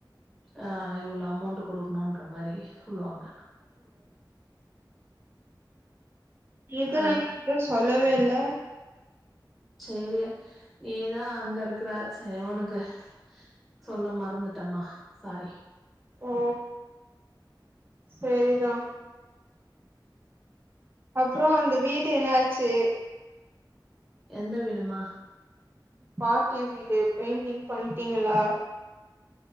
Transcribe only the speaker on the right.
இதுலா
ஏ கிட்ட சொல்லவே இல்ல
ஓ சேரிதா அப்றோ அந்த வீடு என்னாச்சு
பாட்டி வீடு பெயிண்டிங் பண்ட்டீங்ளா